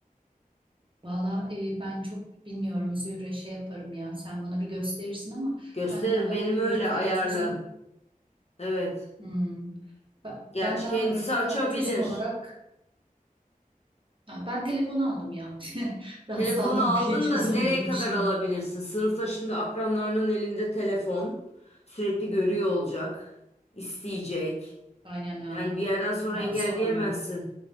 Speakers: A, on the right; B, on the left.
A: Valla e, ben çok bilmiyorum Zühre şey yaparım ya sen bana bir gösterirsin ama
B: Gösteririm
A: ben daha
B: benim öyle
A: radikal
B: ayarlı.
A: bir çözüm
B: Evet.
A: Hmm. Ba-
B: Gerçi
A: Ben daha
B: kendisi
A: radikal
B: açabilir.
A: bir çözüm olarak Ha, ben telefon aldım ya <laughs> daha
B: Telefonu
A: sağlam
B: aldın
A: bir çözüm
B: da nereye
A: buldum
B: kadar
A: şimdi
B: alabilirsin? Sınıfta şimdi akranlarının elinde telefon. Sürekli görüyor olacak. isteyecek.
A: aynen aynen
B: Yani bir yerden sonra
A: ya
B: engelleyemezsin.
A: sorma